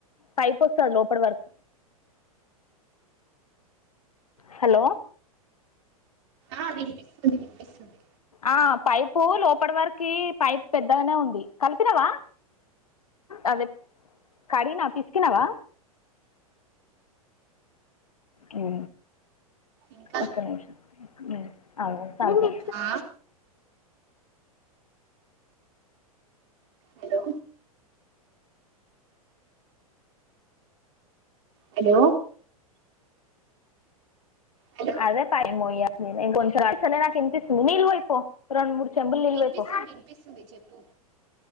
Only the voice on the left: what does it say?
పైప్ వస్తది లోపటి వరకు. హలో
ఆ పైపు లోపట వరకి పైప్ పెద్దగనే ఉంది. కలిపినవా అదే కడినా పిస్కినవా అ
ఒక్క నిమిషం ఆగు
అదే పైకి మోయ్యాలే కొంచెం అయితే నాకు వినిపిస్తుంది నీళ్ళు పొయ్యి పొ రెండు మూడు చెంబుల నీళ్లు
పొయ్యి పొ